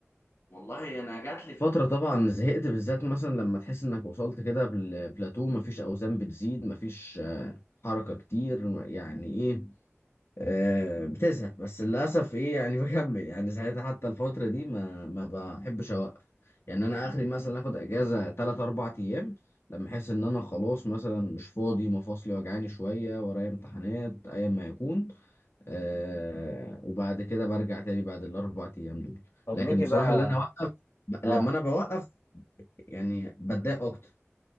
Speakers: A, on the left; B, on the left.
A: والله انا جات لي فترة طبعا زهقت بالذات مثلا لما تحس انك وصلت كده بالبلاتو مفيش اوزان بتزيد مفيش آه، حركة كتير يعني ايه آه، بتزهق بس للاسف ايه يعني <laughs> بكمل يعني ساعتها حتى الفتره دي ما ما بحبش اوقف يعني انا اخري مثلا اخد اجازه 3 4 ايام لما احس ان انا خلاص مثلا مش فاضي مفاصلي وجعاني شويه ورايا امتحانات ايا ما يكون آه وبعد كده برجع تاني بعد الاربع ايام دول
B: طب
A: لكن
B: نيجي
A: بصراحه
B: بقى
A: اللي انا اوقف ب-
B: اه
A: لما انا بوقف يعني بتضايق اكتر